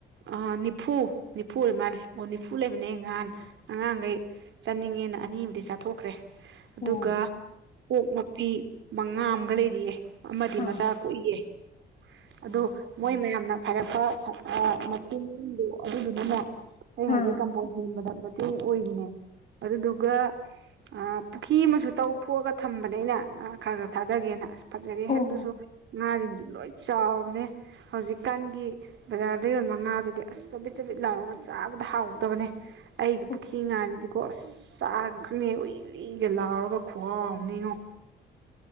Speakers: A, on the right (about 70°); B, on the left (about 40°).
A: ꯑꯥ ꯅꯤꯐꯨ ꯅꯤꯐꯨ ꯑꯣꯏ ꯃꯥꯜꯂꯦ ꯑꯣ ꯅꯤꯐꯨ ꯂꯩꯕꯅꯦ ꯅꯍꯥꯟ ꯑꯉꯥꯡꯒꯩ ꯆꯥꯅꯤꯡꯉꯦꯅ ꯑꯅꯤꯑꯝꯗꯤ ꯆꯥꯊꯣꯛꯈ꯭ꯔꯦ ꯑꯗꯨꯒ
B: ꯑꯣ
A: ꯑꯣꯛ ꯃꯄꯤ ꯃꯉꯥ ꯑꯝꯒ ꯂꯩꯔꯤꯌꯦ ꯑꯃꯗꯤ
B: ꯑꯥ
A: ꯃꯆꯥ ꯀꯣꯛꯏꯌꯦ ꯑꯗꯨ
B: ꯑꯣ
A: ꯃꯣꯏ ꯃꯌꯥꯝꯅ ꯐꯔꯦ ꯐ ꯍ ꯑ ꯃꯇꯨꯡ <inaudible> ꯑꯗꯨꯗꯨꯅꯅꯦ ꯑꯩ ꯍꯧꯖꯤꯛꯀꯥꯟ
B: ꯑꯥ
A: ꯕꯣꯡ ꯆꯤꯟꯕꯗ ꯃꯇꯦꯡ ꯑꯣꯏꯅꯤꯡꯒꯦ ꯑꯗꯨꯗꯨꯒ ꯑ ꯄꯨꯈꯤ ꯑꯃꯁꯨ ꯇꯧ ꯊꯣꯛꯑꯒ ꯊꯝꯕꯅꯦ ꯑꯩꯅ ꯉꯥ ꯈꯔ ꯈꯔ ꯊꯥꯗꯒꯦꯅ ꯑꯁ ꯐꯖꯔꯦꯍꯦ
B: ꯑꯣ
A: ꯑꯗꯨꯁꯨ
B: ꯑꯣ
A: ꯉꯟ ꯂꯣꯏ ꯆꯥꯎꯔꯅꯦ ꯍꯧꯖꯤꯛꯀꯥꯟꯒꯤ ꯕꯖꯥꯔꯗ ꯌꯣꯟꯕ ꯉꯥꯗꯨꯗꯤ ꯑꯁ ꯆꯕꯤꯠ ꯆꯕꯤꯠ ꯂꯥꯎꯔꯒ ꯆꯥꯕꯗ ꯍꯥꯎꯇꯕꯅꯦ ꯑꯩꯒꯤ
B: ꯑꯣ
A: ꯄꯨꯈꯤ ꯉꯥꯗꯨꯗꯤꯀꯣ ꯑꯁ ꯆꯥꯔꯒ ꯅꯦ ꯎꯨꯏ ꯎꯨꯏꯒ ꯂꯥꯎꯔꯒ ꯈꯨꯍꯥꯎ ꯑꯃꯅꯦ ꯉꯣ